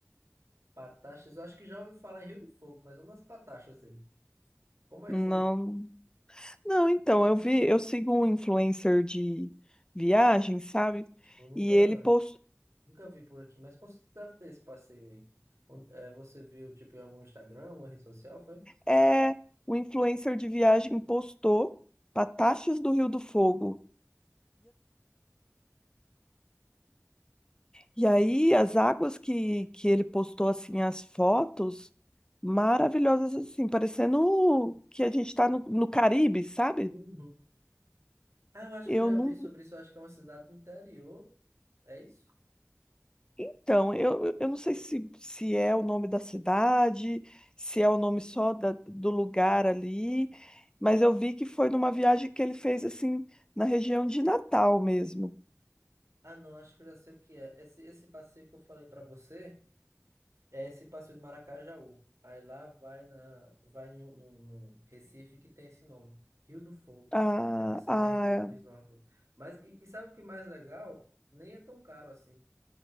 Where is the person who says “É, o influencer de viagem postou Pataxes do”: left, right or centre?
Left